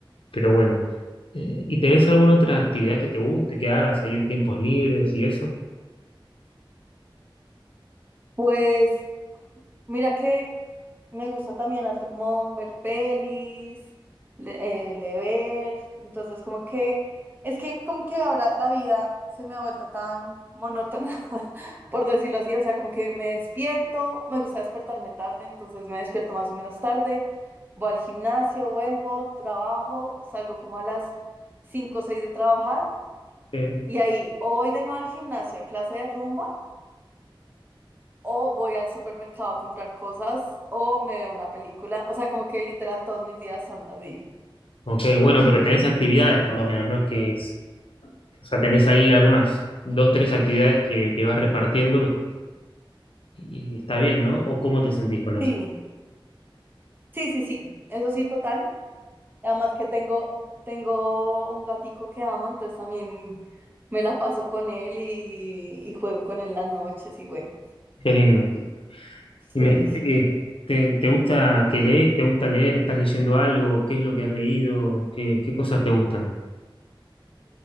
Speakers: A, on the left; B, on the right.
A: pero bueno. Eh, ¿y tenés alguna otra actividad que te guste, que hagas ahí en tiempos libres y eso?
B: Pues Mira que me gusta también harto como ver pelis, le- eh, leer, entonces como que, es que como que ahora la vida se me ha vuelto tan monótona, <laughs> por decirlo así, o sea, como que me despierto, me gusta despertarme tarde, entonces me despierto más o menos tarde, voy al gimnasio, vuelvo, trabajo, salgo como a las 5 o 6 de trabajar
A: Sí.
B: y ahí o voy de nuevo al gimnasio a clase de rumba o voy al supermercado a comprar cosas o me veo una película. O sea, como que literal todos mis días son así.
A: Ok, bueno, pero tenés actividades por lo menos, ¿no? Es que es- o sea, tenés ahí algunas, dos, tres actividades que, que vas repartiendo, eh, y, y está bien, ¿no? ¿O cómo te sentís con eso?
B: Sí, sí, sí, sí. Eso sí, total. Además que tengo, tengo un gatico que amo, entonces también me la paso con él y, y juego con él las noches y bueno.
A: Qué lindo.
B: Sí,
A: Y me dijiste
B: sí.
A: que te, te gusta que lees, te gusta leer, estás leyendo algo, qué es lo que has leído, qué, qué cosas te gustan.